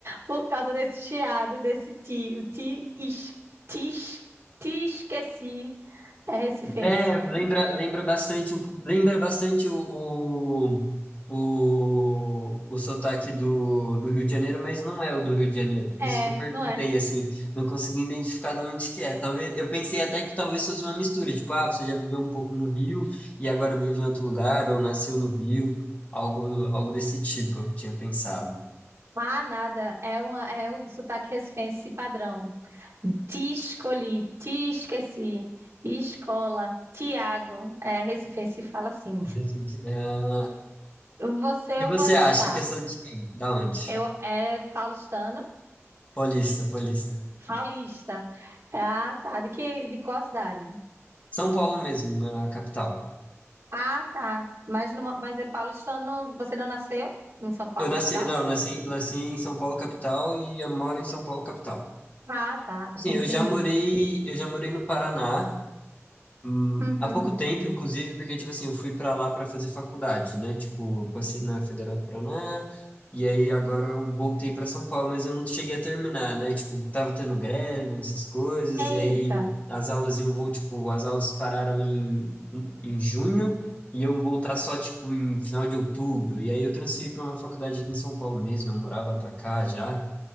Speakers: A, on the right; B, on the left.
A: por causa desse chiado e desse ti. O ti, es, ti, es- ti esqueci é recifense.
B: É, lembra, lembra bastante, um po- lembra bastante o, o, o, o sotaque do, do Rio de Janeiro, mas não é o do Rio de Janeiro.
A: É,
B: Por isso que eu perguntei,
A: não é?
B: assim, não consegui identificar de onde que é. Talvez, eu pensei até que talvez fosse uma mistura, tipo, ah, você já viveu um pouco no Rio e agora vive em outro lugar, ou nasceu no Rio, algo, algo desse tipo, eu tinha pensado.
A: Ah, nada. É, uma, é o sotaque recifense padrão. Te escolhi, te esqueci. Escola, Tiago. É, recifense fala assim.
B: Desse- ah,
A: Você eu
B: E você
A: vou arriscar.
B: acha que eu sou de quem? Da onde?
A: Eu, é paulistano,
B: Paulista, paulista.
A: paulista. Ah, tá. De que, de qual cidade?
B: São Paulo mesmo, na capital.
A: Ah, tá. Mas, numa, mas é paulistano, você não nasceu em São Paulo,
B: Eu nasci,
A: capital?
B: não, nasci, nasci em São Paulo capital e eu moro em São Paulo capital.
A: Ah, tá.
B: Assim,
A: Entendi.
B: eu já morei, eu já morei no Paraná Hum,
A: Uhum.
B: há pouco tempo, inclusive, porque, tipo assim, eu fui pra lá pra fazer faculdade, né? Tipo, eu passei na Federal do Paraná, e aí agora eu voltei pra São Paulo, mas eu não cheguei a terminar, né? Tipo, tava tendo greve, essas coisas,
A: Eita.
B: e aí as aulas iam vou, tipo, as aulas pararam em, em junho, e iam voltar só, tipo, em final de outubro. E aí eu transferi pra uma faculdade aqui em São Paulo mesmo, eu morava pra cá já,